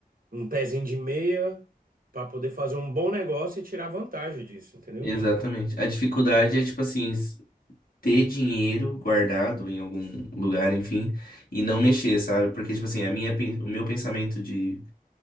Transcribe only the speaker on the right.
um pezinho de meia, para poder fazer um bom negócio e tirar vantagem disso, entendeu?